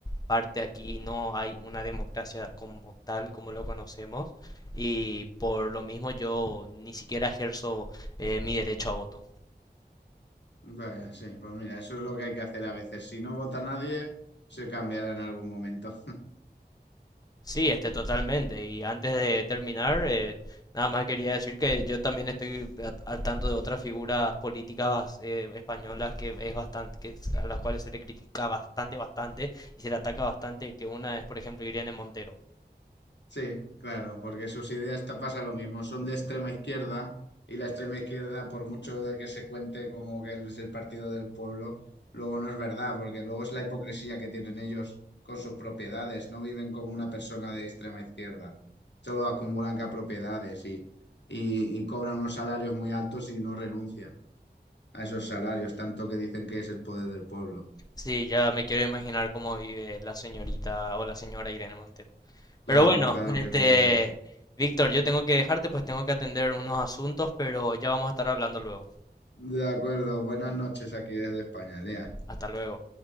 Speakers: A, on the left; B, on the left.
A: parte aquí no hay una democracia como tal, como lo conocemos, y por lo mismo yo ni siquiera ejerzo eh, mi derecho a voto.
B: vaya, sí, pues mira, eso es lo que hay que hacer a veces. Si no vota nadie, se cambiará en algún momento.
A: Sí, este, totalmente. Y antes de terminar, eh, nada más quería decir que yo también estoy a- al tanto de otras figuras políticas eh, españolas que es bastante, que es- a las cuales se le critica bastante, bastante y se le ataca bastante. Que una es, por ejemplo, Irene Montero.
B: Sí, claro, porque sus ideas te pasa lo mismo, son de extrema izquierda y la extrema izquierda, por mucho de que se cuente como que es el partido del pueblo, luego no es verdad, porque luego es la hipocresía que tienen ellos con sus propiedades, no viven como una persona de extrema izquierda, solo acumulan ca- propiedades y, y, y cobran unos salarios muy altos y no renuncian a esos salarios, tanto que dicen que es el poder del pueblo.
A: Sí, ya me quiero imaginar cómo vive la señorita o la señora Irene Montero.
B: Claro,
A: Pero bueno,
B: claro
A: este,
B: que viven.
A: Víctor, yo tengo que dejarte, pues tengo que atender unos asuntos, pero ya vamos a estar hablando luego.
B: De acuerdo, buenas noches aquí desde España, Lea.
A: Hasta luego.